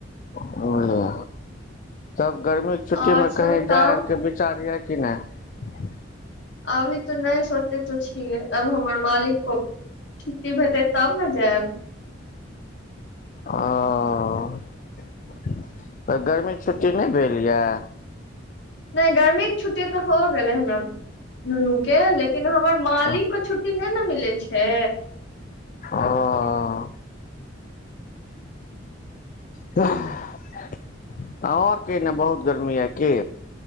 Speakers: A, on the left; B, on the left.
A: बुझलिय तब <inaudible> गरमीके छुट्टीमे
B: और सब
A: कहीँ
B: काम
A: जाइ आरके विचार यऽ कि नहि
B: अभी तऽ नहि सोचेत छियै अब हमर मालिक को छुट्टी भेटै तब तब न जैब
A: ओ तऽ गर्मीक छुट्टी नहि भेल यए
B: नहि गर्मीके छुट्टी तऽ हो गेलै हमरा नुनू केँ लेकिन किन हमर मालिक
A: ओ
B: के छुट्टी नहि ने मिलै छै
A: ओ तऽ अहों आर के एने बहुत गर्मी यै की